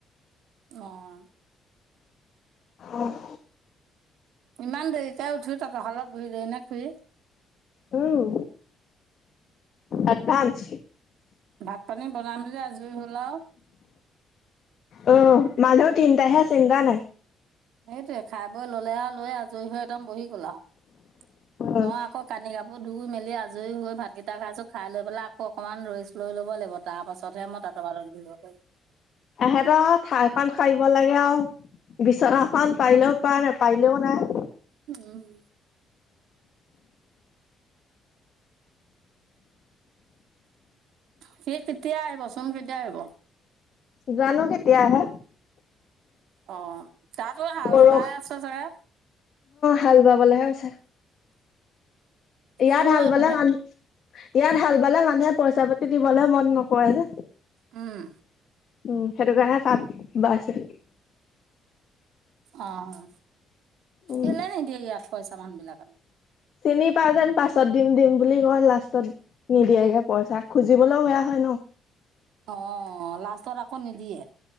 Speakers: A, on the right (about 80°); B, on the left (about 50°).
A: অ'।
B: অফ
A: ইমান দেৰিকে উঠিও তাতৰ সালত বহিলেই নে খুৰী?
B: উম, এডভান্স।
A: ভাত পানী বনাই মেলি আজৰি হ'ল আৰু।
B: অ' মানুহ তিনটাহে চিন্তা নাই।
A: সেইটোৱে খাই বৈ ল'লে আৰু লৈ আজৰি হৈ একদম বহি গ'ল আৰু।
B: অ'
A: মই আকৌ কানি কাপোৰ ধুই মেলি আজৰি হৈ ভাত কেইটা খাইছোঁ খাই লৈ পেলাই আকৌ অকণমান ৰেষ্ট লৈ ল'ব লাগিব তাৰ পাছতহে মই তাঁতৰ শালত বহিব পাৰিম।
B: এহেঁতৰ ঠাইখন খাৰিব লাগে আৰু বিচনাখন পাৰিলেও পাৰ নাপাৰিলেও নাই।
A: উম। সি কেতিয়া আহিবচোন কেতিয়া আহিব?
B: জানো কেতিয়া আহে।
A: অ'। তাতো হাল
B: পৰসি,
A: বাই আছে চাগে
B: হাল বাবলেহে গৈছে। ইয়াত
A: ক'ত
B: হাল বালে,
A: হে
B: মানুহ ইয়াত হাল বালে মানুহে পইচা পাতি দিবলৈ মন নকৰে যে।
A: উম।
B: উম, সেইটো কাৰণে তাত বাইছে।
A: অ',
B: উম
A: কেলে নিদিয়ে ইয়াত পইচা মানুহ বিলাকে নু?
B: চিনি পাই যেন পাছত দিম দিম বুলি কয় লাষ্টত নিদিয়াকে পইচা খুজিবলৈও বেয়া হয় ন'।
A: অ' লাষ্টত আকৌ নিদিয়ে।